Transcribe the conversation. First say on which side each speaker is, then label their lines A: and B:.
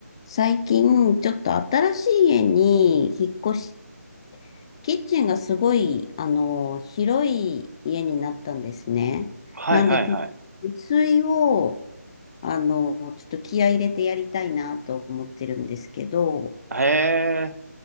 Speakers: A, on the left (about 20°); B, on the right (about 70°).
A: 最近、ちょっと新しい家に引っ越し、キッチンがすごい、あの、広い家になったんですね。
B: はいはいはい。
A: なんで、ちょっと自炊を、あの、ちょっと気合い入れてやりたいなと思ってるんですけど、
B: へえ。